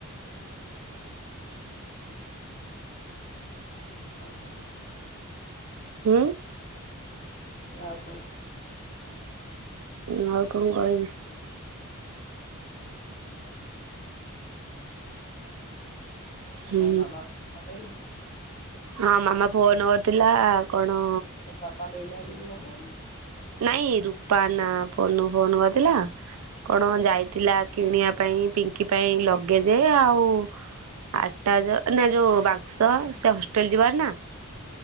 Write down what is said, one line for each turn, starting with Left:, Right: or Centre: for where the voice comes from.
Left: ଆଉ କଣ କରିବି?
Right: ହୁଁ।
Left: ଆଉ କଣ?
Right: ମୁଁ ଆଉ କଣ କହିବି।
Left: ଆଉ
Right: ହୁଁ
Left: ତମ ମାମା <unintelligible>
Right: ହଁ ମାମା ଫୋନକରିଥିଲା କଣ
Left: ବାପା ନେଇ ନାହାନ୍ତି। <inaudible>
Right: ନାଇଁ ରୂପା ନା ଫୋନ ଫୋନ କରିଥିଲା କଣ ଯାଇଥିଲା କିଣିବା ପାଇଁ ପିଙ୍କି ପାଇଁ ଲଗେଜ ଆଉ ଆଟାଜ ଯୋଉ ବାକ୍ସ ସେ ହଷ୍ଟେଲ ଯିବାର ନା